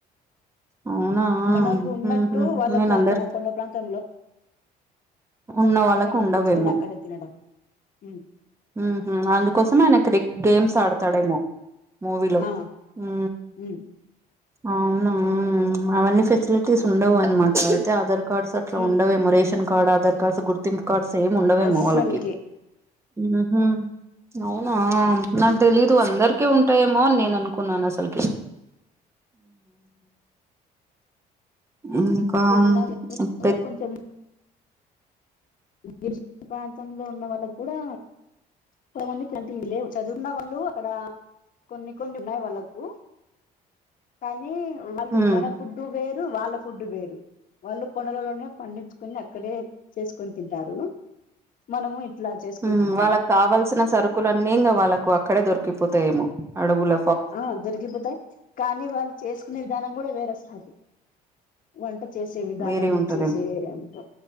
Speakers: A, on the right (about 15°); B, on the left (about 55°).
A: అవునా
B: మనకు
A: ఉహు
B: ఉన్నట్టు వాళ్ళకు
A: నేను అందర్
B: అక్కడ కొండ ప్రాంతంలో
A: ఉన్న
B: వాళ్ళు అక్కడే
A: వాళ్ళకు
B: పండించుకొని
A: ఉండవేమో
B: అక్కడే తినడం ఉ
A: ఉహు అందుకోసం ఆయన క్రి గేమ్స్ ఆడతాడేమో మూవిలో
B: ఆ
A: ఊ
B: ఉమ్
A: అవునా అవన్నీ ఫెసిలిటీస్ ఉండవు అనమాట అయితే అదర్ కార్డ్స్ అట్లా
B: ఉమ్
A: ఉండవేమో రేషన్ కార్డ్ ఆధార్ కార్డ్స్ గుర్తింపు కార్డ్స్ ఏమి ఉండవేమో
B: అస్సలుకి
A: వాళ్ళకి ఉహు అవునా నాకు తెలీదు అందరికి ఉంటాయేమో అని నేను అనుకున్నాను అసలుకి ఊ ఇంకా
B: ఇప్పుడున్న
A: ఇపెత్
B: కూడా కొంచెం గిరిజన ప్రాంతంలో ఉన్న వాళ్ళకి కూడా కొంతమందికి అంటె ఇవి లేవు చదువున్న వాళ్ళు అక్కడ కొన్ని కొన్ని ఉన్నాయి వాళ్ళకు కానీ వాళ్ళు
A: ఉమ్
B: మన ఫుడ్డు వేరు వాళ్ళ ఫుడ్ వేరు వాళ్ళు కొండలలోనే పండించుకుని అక్కడే చేసుకొని తింటారు మనము ఇట్లా చేసుకొని
A: ఉ
B: తింటాము
A: వాళ్ళకు కావల్సిన సరుకులన్నీ ఇంగ వాళ్ళకు అక్కడే దొరికిపో తయేమో అడుగుల
B: ఆ దొరికిపోతాయి కానీ వాళ్ళు చేసుకునే విధానం కూడా వేరేసతి వ వంట చేసే విధానము
A: వేరే ఉంటదేమో
B: చేసే అంట